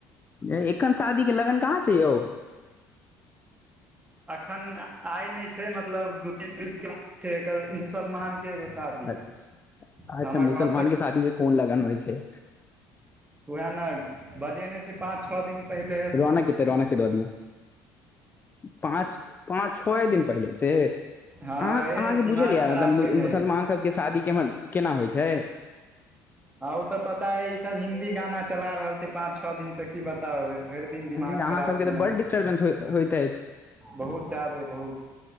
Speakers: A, on the left; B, on the right.
A: एखन शादीे लगन कहाँ छै यौ
B: अखन आइ नै छै मतलब दू तीन दिन के बाद छै एकर मुसलमान के एगो शादी
A: अच्
B: तऽ
A: अच्छा
B: हमर
A: मुसलमान
B: घर से
A: के शादी के कोन लगन होइ छै
B: वहए न बजेने छै पाँंच छ दिन पहिले
A: रोनाक एतै रोनके दऽ दियाँ पाँच पाँच छय दिन पहिले से
B: हँ
A: अहाँ अहाँके
B: ए दिमाग
A: बुझलय यए
B: खराब
A: मतलब
B: केने
A: मुसलमान
B: अइ।
A: सबके शादी केर केना होइ छै
B: ह ओ तऽ पता अई ई सब हिन्दी गाना चला रहल छै पाँंच छओ दिन से की बताउ भरि दिन दिमाग
A: अरे
B: खराब
A: अहाँ सबके
B: केने
A: तऽ बड डिस्टर्बेंस होइत अछि
B: बहुत जादे बहुत